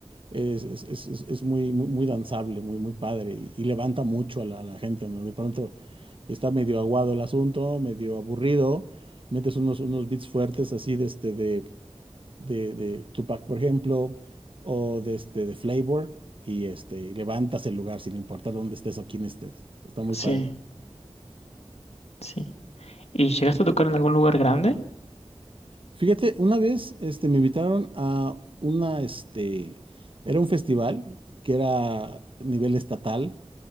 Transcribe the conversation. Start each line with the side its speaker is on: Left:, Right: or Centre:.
Right: es, es, es, es- es muy, muy, muy danzable, muy, muy padre y, y levanta mucho a la, a la gente, ¿no? De pronto está medio aguado el asunto, medio aburrido, metes unos, unos beats fuertes así de, este, de de, de Tupac, por ejemplo, o de, este, de Flavor, y este, levantas el lugar sin importar dónde estés o quién estés. Está muy
Left: Sí.
Right: padre.
Left: Sí. ¿Y llegaste a tocar en algún lugar grande?
Right: Fíjate, una vez este, me invitaron a una, este, era un festival que era a nivel estatal